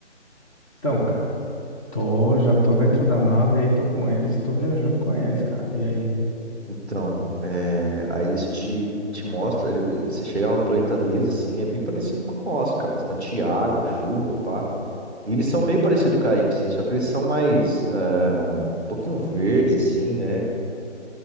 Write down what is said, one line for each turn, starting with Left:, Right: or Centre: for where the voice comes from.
Left: Então, cara, tô, já tô dentro da nave aí, tô com eles e tô viajando com eles, cara. E aí?
Centre: Então, é, aí eles te, te mostram, ele, ele- você chegar no planeta deles, assim, é bem parecido com o nosso, cara, bastante água, chuva, pá. E eles são meio parecidos com a gente, assim, só que eles são mais, ah, um pouquinho verdes, assim, né?